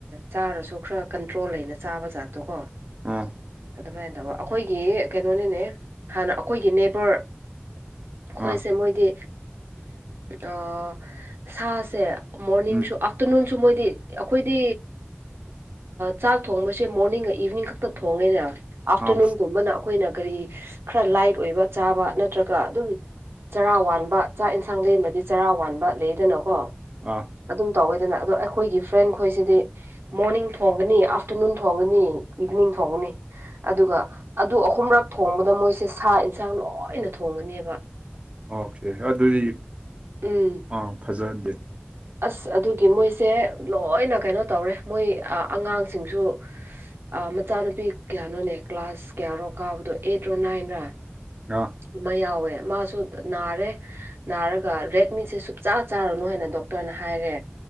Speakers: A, on the right; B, on the right.
A: ꯆꯥꯔꯁꯨ ꯈꯔ ꯀꯟꯇ꯭ꯔꯣꯜ ꯂꯩꯅ ꯆꯥꯕ ꯖꯥꯠꯇꯣꯀꯣ
B: ꯑꯥ
A: ꯑꯗꯨꯃꯥꯏꯅ ꯇꯧꯕ ꯑꯩꯈꯣꯏꯒꯤ ꯀꯩꯅꯣꯅꯤꯅꯦ ꯍꯥꯟꯅ ꯑꯩꯈꯣꯏꯒꯤ ꯅꯦꯕꯔ ꯑꯩꯈꯣꯏꯁꯦ
B: ꯑꯥ
A: ꯃꯣꯏꯗꯤ ꯑꯥ ꯁꯥꯁꯦ ꯃꯣꯔꯅꯤꯡꯁꯨ
B: ꯎꯝ
A: ꯑꯥꯐꯇꯔꯅꯨꯟꯁꯨ ꯃꯣꯏꯗꯤ ꯑꯩꯈꯣꯏꯗꯤ ꯆꯥꯛ ꯊꯣꯡꯕꯁꯦ ꯃꯣꯔꯅꯤꯡꯒ ꯏꯚꯤꯅꯤꯡ ꯈꯛꯇ ꯊꯣꯡꯉꯦꯅ ꯑꯥꯐꯇꯔꯅꯨꯟꯒꯨꯝꯕꯅ
B: ꯑꯥ
A: ꯑꯩꯈꯣꯏꯅ ꯀꯔꯤ ꯈꯔ ꯂꯥꯏꯠ ꯑꯣꯏꯕ ꯆꯥꯕ ꯅꯠꯇ꯭ꯔꯒ ꯑꯗꯨꯝ ꯆꯔꯥ ꯋꯥꯟꯕ ꯆꯥꯛ ꯏꯟꯁꯥꯡ ꯂꯩꯃꯗꯤ ꯆꯔꯥ ꯋꯥꯟꯕ ꯂꯩꯗꯅꯀꯣ
B: ꯑꯥ
A: ꯑꯗꯨꯝ ꯇꯧꯋꯦꯗꯅ ꯑꯗꯣ ꯑꯩꯈꯣꯏꯒꯤ ꯐ꯭ꯔꯦꯟ ꯈꯣꯏꯁꯤꯗꯤ ꯃꯣꯔꯅꯤꯡ ꯊꯣꯡꯒꯅꯤ ꯑꯐꯇꯔꯅꯨꯟ ꯊꯣꯡꯒꯅꯤ ꯏꯚꯅꯤꯡ ꯊꯣꯡꯅꯤ ꯑꯗꯨꯒ ꯑꯗꯨ ꯑꯍꯨꯝꯔꯛ ꯊꯣꯡꯕꯗ ꯃꯣꯏꯁꯦ ꯁꯥ ꯢꯟꯁꯥꯡ ꯂꯣꯏꯅ ꯊꯣꯡꯒꯥꯅꯤꯕꯥ
B: ꯑꯣꯀꯦ ꯑꯗꯨꯗꯤ
A: ꯎꯝ
B: ꯑꯥ ꯐꯥꯖꯍꯟꯗꯦ
A: ꯑꯁ ꯑꯗꯨꯗꯤ ꯃꯣꯏꯁꯦ ꯂꯣꯏꯅ ꯀꯩꯅꯣ ꯇꯧꯔꯦ ꯃꯣꯏ ꯑꯥ ꯑꯉꯥꯡꯁꯤꯡꯁꯨ ꯑꯥ ꯃꯆꯥꯅꯨꯄꯤ ꯀꯌꯥꯅꯣꯅꯦ ꯀ꯭ꯂꯥꯁ ꯀꯌꯥꯔꯣ ꯀꯥꯕꯗꯣ ꯑꯩꯠꯔꯣ ꯅꯥꯏꯟꯔꯥ
B: ꯑꯥ
A: ꯑꯃ ꯌꯥꯎꯋꯦ ꯃꯥꯁꯨ ꯅꯥꯔꯦ ꯅꯥꯔꯒ ꯔꯦꯗ ꯃꯤꯠꯁꯦ ꯁꯨꯛꯆꯥ ꯆꯥꯔꯨꯅꯨ ꯍꯥꯏꯅ ꯗꯣꯛꯇꯔꯅ ꯍꯥꯏꯔꯦ